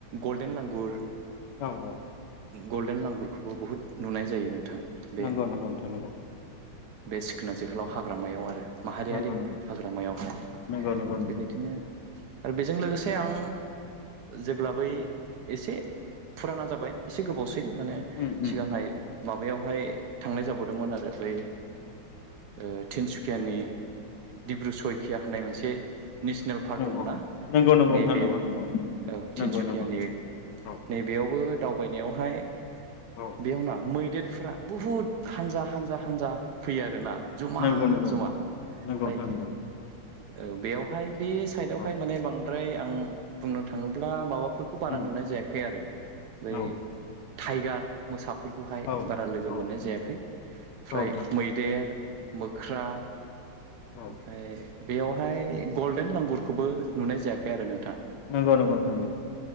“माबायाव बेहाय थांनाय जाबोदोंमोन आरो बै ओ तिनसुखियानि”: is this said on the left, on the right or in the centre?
Right